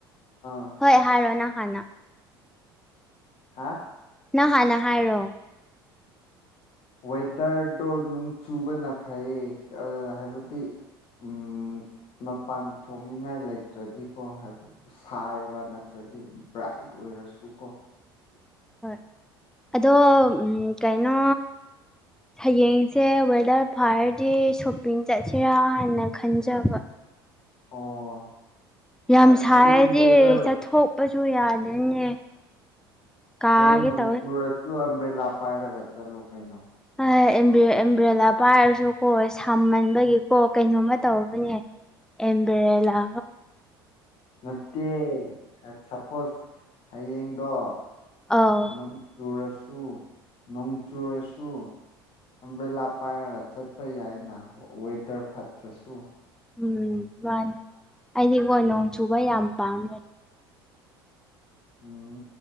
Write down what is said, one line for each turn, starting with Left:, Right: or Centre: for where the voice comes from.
Left: ꯑꯥ
Centre: ꯍꯣꯏ ꯍꯥꯏꯔꯣ ꯅꯪ ꯍꯥꯟꯅ
Left: ꯍꯥ
Centre: ꯅꯪ ꯍꯥꯟꯅ ꯍꯥꯏꯔꯣ
Left: ꯋꯦꯗꯔꯗꯣ ꯅꯣꯡ ꯆꯨꯕꯅ ꯐꯩꯌꯦ <unintelligible> ꯍꯥꯏꯕꯗꯤ ꯎꯝ ꯃꯄꯥꯟ ꯊꯣꯛꯅꯤꯡꯉꯥꯏ ꯂꯩꯇ꯭ꯔꯗꯤꯀꯣ ꯍꯥꯏꯕ ꯁꯥꯏꯌꯦꯕ ꯅꯠꯇ꯭ꯔꯗꯤ ꯕ꯭ꯔꯥꯏꯠ ꯑꯣꯏꯔꯁꯨ ꯀꯣ
Centre: ꯍꯣꯏ ꯑꯗꯣ ꯎꯝ ꯀꯩꯅꯣ ꯍꯌꯦꯡꯁꯦ ꯋꯦꯗ꯭ꯔ ꯐꯥꯔꯗꯤ ꯁꯣꯞꯄꯤꯡ ꯆꯠꯁꯤꯔꯥ ꯍꯥꯏꯅ ꯈꯟꯖꯕ
Left: ꯑꯣ
Centre: ꯌꯥꯝ
Left: ꯍꯣꯏ
Centre: ꯁꯥꯏꯔꯗꯤ
Left: ꯑꯗꯨ ꯋꯦꯗꯔ
Centre: ꯆꯠꯊꯣꯛꯄꯁꯨ ꯌꯥꯗꯦꯅꯦ ꯀꯥꯒꯦ
Left: ꯑꯗꯨ ꯅꯣꯡ
Centre: ꯇꯧꯋꯦ
Left: ꯆꯨꯔꯁꯨ ꯑꯝꯕ꯭ꯔꯦꯂꯥ ꯄꯥꯏꯔꯒ ꯆꯠꯂꯣ ꯀꯩꯅꯣ
Centre: ꯍꯥꯏ ꯑꯦꯝ ꯑꯦꯝꯕ꯭ꯔꯦꯂꯥ ꯄꯥꯏꯔꯁꯨꯀꯣ ꯁꯃꯟꯕꯒꯤꯀꯣ ꯀꯩꯅꯣꯝꯃ ꯇꯧꯒ꯭ꯔꯦꯅꯦ ꯑꯦꯟꯕꯔꯦꯂꯥ
Left: ꯅꯠꯇꯦ ꯁꯄꯣꯁ ꯍꯌꯦꯡꯗꯣ
Centre: ꯑꯧ
Left: ꯅꯨ ꯆꯨꯔꯁꯨ ꯅꯣꯡ ꯆꯨꯔꯁꯨ ꯑꯝꯕ꯭ꯔꯦꯂꯥ ꯄꯥꯏꯔꯒ ꯆꯠꯄ ꯌꯥꯏꯅ ꯋꯦꯗ꯭ꯔ ꯐꯠꯇ꯭ꯔꯁꯨ
Centre: ꯎꯝ ꯃꯥꯅꯤ ꯑꯩꯗꯤꯒꯣ ꯅꯣꯡ ꯆꯨꯕ ꯌꯥꯝ ꯄꯥꯝꯃꯦ
Left: ꯎꯝ